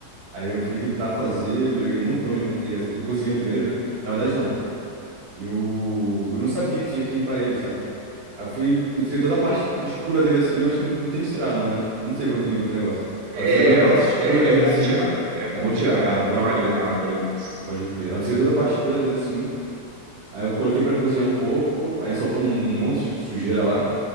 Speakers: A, on the right; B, on the right.
A: Aí eu fui tentar fazer, eu joguei um montão de manteiga. Eu cozinhei primeiro, né? Na verdade, não. Eu, eu não sabia que tinha que limpar ele, sabe? Aí eu fui, eu tirei toda a parte escura dele assim, eu acho que não tem que tirar não, né? Não sei como é que limpa aquele negócio.
B: É,
A: Aí eu tirei toda a parte escura
B: é,
A: dele
B: é bom
A: assim,
B: tirar, é bom
A: é bom tirar.
B: tirar,
A: Ah,
B: é bom
A: pode
B: dar uma
A: crer,
B: limpada aí, isso.
A: pode crer. Aí eu tirei toda a parte escura dele assim, aí eu coloquei pra cozinhar um pouco, aí ele soltou um, um monte de sujeira lá.